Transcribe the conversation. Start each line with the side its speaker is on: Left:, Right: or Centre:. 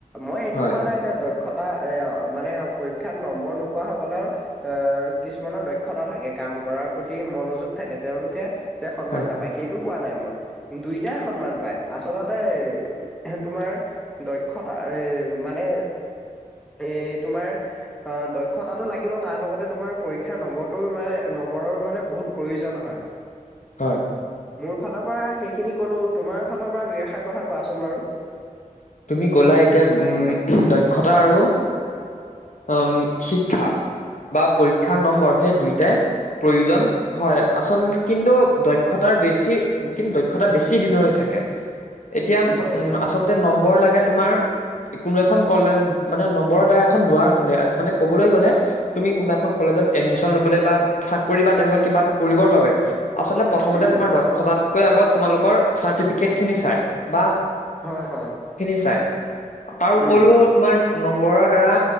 Centre: মই এইটো
Left: হয়
Centre: কোৱা নাই যে দক্ষ এ মানে পৰীক্ষাত নম্বৰ নোপোৱা সকলৰ আহ কিছুমানৰ দক্ষতা থাকে কাৰণ কাম কৰাৰ প্ৰতি মনোযোগ থাকে তেওঁলোকে যে সন্মান
Left: হয়
Centre: নাপায় সেইটো পোৱা নাই মই দুইটাই সন্মান পাই আচলতে তোমাৰ দক্ষতা এ মানে
Left: <unintelligible>
Centre: এ তোমাৰ অ দক্ষতাটো লাগিব তাৰ লগতে তোমাৰ পৰীক্ষাৰ নম্বৰটোও মানে নম্বৰৰ মানে বহুত প্ৰয়োজন হয়।
Left: হয়
Centre: মোৰ ফালৰ পৰা সেইখিনি কলো তোমাৰ ফালৰ পৰা দুই এষাৰ কথা কোৱাচোন বাৰু
Left: তুমি কলা এতিয়া উম দক্ষতা আৰু উম শিক্ষা বা পৰীক্ষাৰ নম্বৰ সেই দুইটাই প্ৰয়োজন হয় আচল কিন্তু দক্ষতাৰ বেছি কিন্তু দক্ষতা বেছি দিনলৈ থাকে এতিয়া
Centre: হয়
Left: উ
Centre: হয়
Left: আচলতে নম্বৰ লাগে তোমাৰ কোনো এখন কলে মানে নম্বৰৰ দ্বাৰা এখন দুৱাৰ খোলে মানে কবলৈ গ'লে তুমি কোনোবা এখন কলেজ এডমিশন লবলে বা চাকৰি বা তেনেকুৱা কিবা কৰিবৰ বাবে। আচল প্ৰথমতে
Centre: উম
Left: তোমাৰ দক্ষতাতকৈ আগত তোমালোকৰ চাৰ্টিফিকেট খিনি চাই বা।
Centre: হয়, হয়।
Left: চ তাৰ উপৰিও
Centre: উম
Left: তোমাৰ। নম্বৰৰ দ্বাৰা